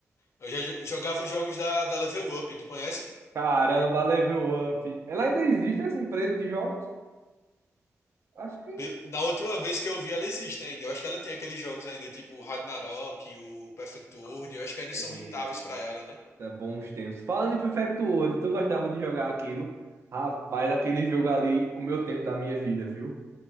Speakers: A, on the left; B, on the right.
A: eu já jo- jogava os jogos da, da Level Up, tu conhece?
B: Caramba, Level Up. Ela ainda existe essa empresa de jogos? Acho que.
A: Pe- Da última vez que eu vi, ela existe ainda. Eu acho que ela tem aqueles jogos ainda, tipo o Ragnarok, o Perfect World. Eu acho que ainda
B: Eita,
A: são rentáveis pra ela, né?
B: bons tempos. Falando em Perfect World, tu gostava de jogar aquilo? Rapaz, aquele jogo ali comeu tempo da minha vida, viu?